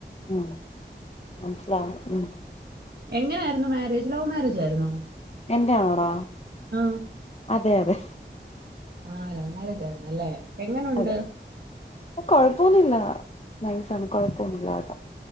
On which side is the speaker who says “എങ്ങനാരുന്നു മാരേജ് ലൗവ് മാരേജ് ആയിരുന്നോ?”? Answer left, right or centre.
Right